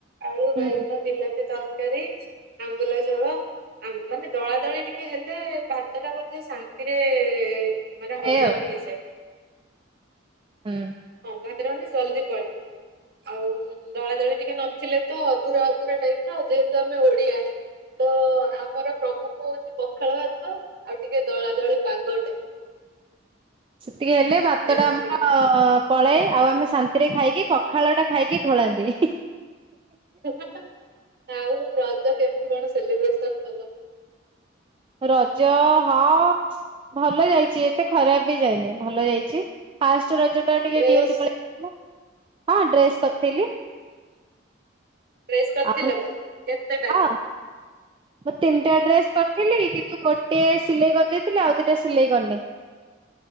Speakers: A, on the right (about 50°); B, on the right (about 25°).
A: ଆଳୁ, ବାଇଗଣ,
B: ହୁଁ
A: ବିଲାତି ତରକାରୀ ଆମ୍ବୁଲ ଝୋଳ ଆମ୍ବୁଲ ମାନେ ଦଳା ଦଳି ଟିକେ ହେଲେ ଭାତ ଟା ବୋଧେ ଶାନ୍ତିରେ ମାନେ ହଜମ୍
B: ଏଇ ଆଉ
A: ହେଇଯାଏ।
B: ହୁଁ।
A: ଅବାଟରେ <unintelligible> ମାନେ ଜଲଦି ପଳାଏ। ଆଉ ଦଳାଦଳି ଟିକେ ନଥିଲେ ତ ଅଧୁରା ଅଧୁରା ଟାଇପ ର ଯେହେତୁ ଆମେ ଓଡିଆ ତ ଆମର ପ୍ରମୁଖ ହଉଛି ପଖାଳ ଭାତ ଆଉ ଟିକେ ଦଳା ଦଳି ପାଗଟେ
B: ସେତିକି ହେଲେ ଭାତ
A: ଏମିତି।
B: ଟା ଆମର ପଳାଏ ଆଉ ଆମେ ଶାନ୍ତିରେ ଖାଇକି ପଖାଳ ଟା ଖାଇକି ଢୋଳାନ୍ତି
A: ହିଁ--ହିଁ--ହିଁ। ଆଉ ରଜ କେମିତି କଣ ସେଲିବ୍ରେସନ କଲ?
B: ରଜ ହଁ ଭଲ ଯାଇଛି ଏତେ ଖରାପ ବି ଯାଇନି ଭଲ ଯାଇଛି ଫାଷ୍ଟ ରଜ ଟା ଟିକେ
A: ଡ୍ରେସ୍
B: ଡିୱଟି ପଳେଇ ଯାଇଥିଲି ହଁ ଡ୍ରେସ୍ କରିଥିଲି
A: ଡ୍ରେସ୍ କରିଥିଲ
B: ଆଉ
A: କେତେଟା?
B: ହଁ ମୁଁ ତିନିଟା ଡ୍ରେସ୍ କରିଥିଲି କିନ୍ତୁ ଗୋଟେ ସିଲେଇ କରିଦେଇଥିଲି ଆଉ ଦିଟା ସିଲେଇ କରିନି